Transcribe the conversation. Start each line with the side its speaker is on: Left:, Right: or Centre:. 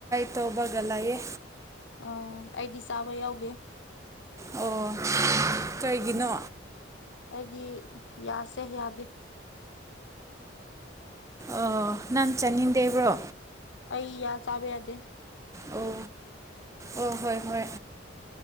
Right: ꯇꯧꯕꯒ ꯂꯩꯌꯦ
Left: ꯑ ꯑꯩꯗꯤ ꯆꯥꯕ ꯌꯥꯎꯗꯦ
Right: ꯑꯣ ꯀꯩꯒꯤꯅꯣ
Left: ꯑꯩꯗꯤ ꯌꯥꯁꯦ ꯌꯥꯗꯦ
Right: ꯑꯣ ꯅꯪ ꯆꯥꯅꯤꯡꯗꯦꯕ꯭ꯔꯣ
Left: ꯑꯩ ꯌꯥ ꯆꯥꯕ ꯌꯥꯗꯦ
Right: ꯑꯣ ꯑꯣ ꯍꯣꯏ ꯍꯣꯏ